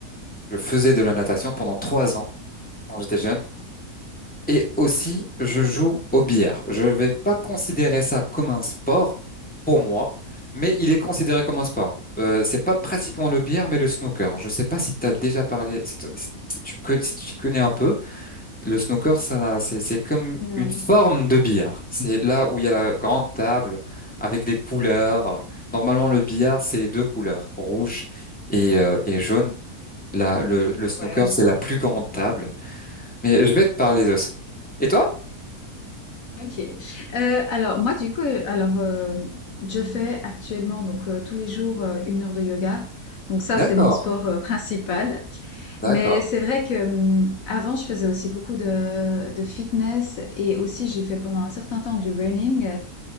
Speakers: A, in the centre; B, on the left.
A: Je faisais de la natation pendant trois ans quand j'étais jeune. Et aussi, je joue au billard. Je ne vais pas considérer ça comme un sport pour moi, mais il est considéré comme un sport. Euh, c'est pas pratiquement le billard, mais le snooker. Je ne sais pas si tu as déjà parlé, si, t- si si tu, co- si tu connais un peu. Le snooker, ça, c'est, c'est comme
B: Non.
A: une forme de billard. C'est là où il y a la grande table avec les couleurs. Normalement, le billard, c'est deux couleurs, rouge et, euh, et jaune. Là, le, le snooker,
B: Ouais.
A: c'est la plus grande table. Mais je vais te parler de ça. Et toi?
B: Ok. Euh, alors, moi, du coup, euh, alors, euh, je fais actuellement, donc, euh, tous les jours, euh, une heure de yoga. Donc, ça,
A: D'accord,
B: c'est mon sport, euh, principal.
A: d'accord.
B: Mais c'est vrai que hum, avant, je faisais aussi beaucoup de, de fitness et aussi j'ai fait pendant un certain temps du running.